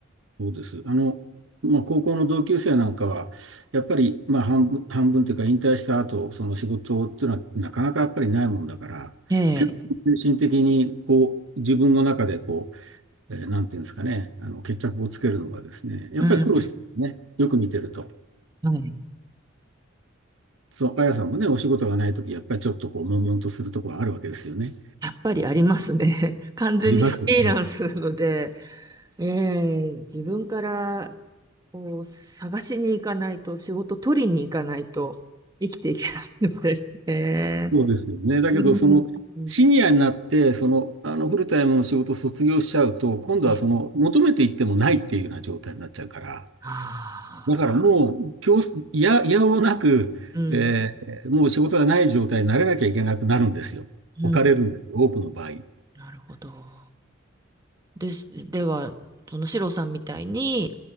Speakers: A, on the right; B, on the right.
A: そうです。あの、まあ、高校の同級生なんかは、やっぱり、まあ、半分、半分というか、引退した後、その仕事っていうのは、なかなかやっぱりないもんだから、
B: ええ、
A: 結構精神的に、こう、自分の中で、こう、えーなんていうんですかね、あの、決着をつけるのがですね、やっぱり苦労してますね、
B: うん、
A: よく見てると。
B: うん、はい。
A: そう、あやさんもね、お仕事がないとき、やっぱりちょっとこう、悶々とするところあるわけですよね。
B: やっぱりありますね。<laughs> 完全にフリーランスなので、
A: ありますよね。
B: ええ、自分からこう探しに行かないと、仕事取りに行かないと生きていけないので、<laughs> え
A: そうですよね。
B: え、
A: だけど、
B: うん、
A: その、
B: うん
A: シニアになって、その、あの、フルタイムの仕事を卒業しちゃうと、今度はその、
B: ええ
A: 求めていってもないっていうような状態になっちゃうから、
B: あ
A: だからもう、強制、いや、いやおうなく、
B: あ、うん。
A: えーもう仕事がない状態にならなきゃいけなくなるんですよ。
B: うん
A: 置かれるんですよ、多くの場合。
B: なるほど。です。では、そのシロさんみたいに、